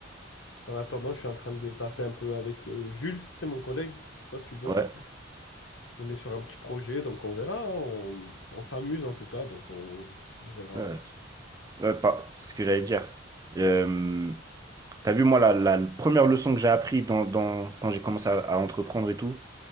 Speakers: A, on the left; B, on the right.
A: En attendant, je suis en train de taffer un peu avec euh, Jules, tu sais, mon collègue. Je sais pas si tu vois
B: ouais,
A: qui- on est sur un petit projet, donc on verra. hein. On, on s'amuse en tout cas, donc on on verra.
B: ouais, ouais, Ouais, pas- c'est ce que j'allais dire. Euh, t'as vu, moi, la, la première leçon que j'ai appris dans, dans- quand j'ai commencé à, à entreprendre et tout,